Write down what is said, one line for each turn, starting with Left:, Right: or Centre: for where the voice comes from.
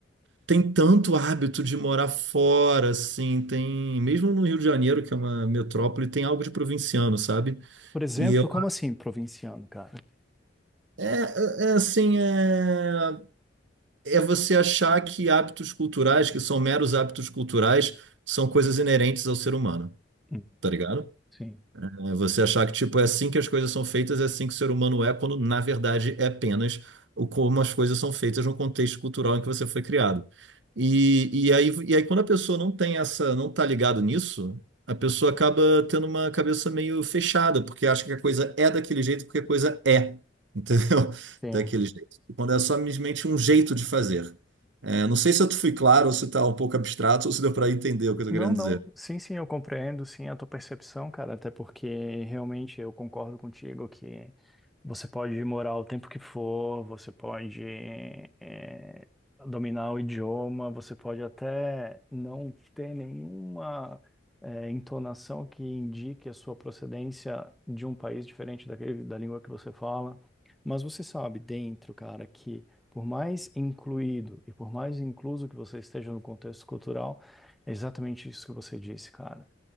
Right: tem tanto hábito de morar fora, assim, tem, mesmo no Rio de Janeiro, que é uma metrópole, tem algo de provinciano, sabe?
Centre: Por exemplo,
Right: E eu,
Centre: como assim provinciano, cara?
Right: é, é é assim, é, é você achar que hábitos culturais, que são meros hábitos culturais, são coisas inerentes ao ser humano,
Centre: Hum,
Right: tá ligado?
Centre: Sim.
Right: É você achar que tipo é assim que as coisas são feitas, é assim que o ser humano é, quando na verdade é apenas o como as coisas são feitas no contexto cultural em que você foi criado. E, e aí, e aí quando a pessoa não tem essa, não tá ligado nisso, a pessoa acaba tendo uma cabeça meio fechada, porque acha que a coisa é daquele jeito, porque a coisa é, entendeu? <laughs>
Centre: Sim.
Right: Daquele jeito. E quando é simplesmente um jeito de fazer. É, não sei se eu fui claro, ou se está um pouco abstrato, ou se deu para entender o que eu estou
Centre: Não,
Right: querendo
Centre: não.
Right: dizer.
Centre: Sim, sim, eu compreendo, sim, a tua percepção, cara, até porque realmente eu concordo contigo que você pode morar o tempo que for, você pode eh, dominar o idioma, você pode até não ter nenhuma eh, entonação que indique a sua procedência de um país diferente daquele, da língua que você fala, mas você sabe dentro, cara, que por mais incluído e por mais incluso que você esteja no contexto cultural, é exatamente isso que você disse, cara.